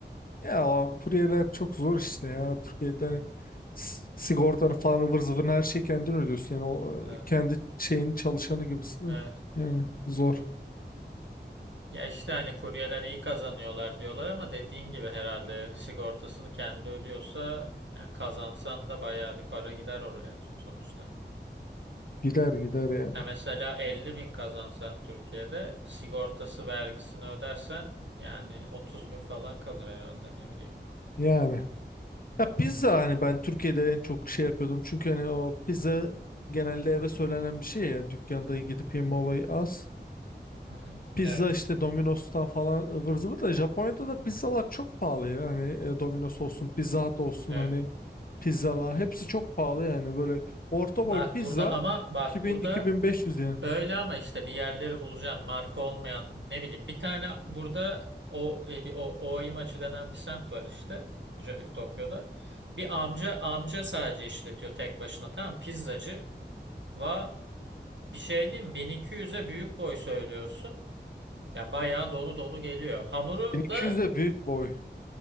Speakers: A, on the left; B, on the right.
A: Ya o kuryeler çok zor işte ya. Türkiye'de hani
B: Hmm.
A: s- sigortanı falan ıvır zıvırını her şeyi kendin ödüyorsun. Yani o
B: Evet.
A: e, kendi şeyin çalışanı gibisin.
B: Evet.
A: Yani zor.
B: Ya işte hani kuryeler iyi kazanıyorlar diyorlar ama dediğin gibi herhalde sigortasını kendi ödüyorsa yani kazansan da bayağı bir para gider oraya sonuçta.
A: Gider gider yani.
B: Ya mesela 50 bin kazansan Türkiye'de sigortası vergisini ödersen yani 30 bin falan kalır herhalde ne bileyim.
A: Yani. Ya pizza hani ben Türkiye'de en çok şey yapıyordum. Çünkü hani o pizza genelde eve söylenen bir şey ya. Dükkanda gidip yeme
B: Hı hı.
A: olayı az.
B: Hı hı.
A: Pizza
B: Evet.
A: işte Domino's'tan falan ıvır zıvır da Japonya'da da pizzalar çok pahalı ya. Hani e, Domino's
B: Hı hı.
A: olsun, Pizza Hut olsun
B: Evet.
A: hani pizzalar hepsi çok pahalı yani böyle orta
B: Bak
A: boy pizza
B: burada ama bak
A: 2000-2500
B: burada
A: yani
B: öyle ama işte bir yerleri bulacağım marka olmayan ne bileyim bir tane burada o e, bir o Ooi maçı denen bir semt var işte J- e, Tokyo'da. Bir amca amca sadece işletiyor tek başına tamam pizzacı. Va bir şey diyeyim mi? 1200'e büyük boy söylüyorsun. Ya bayağı dolu dolu geliyor. Hamuru
A: 1200
B: da
A: de büyük boy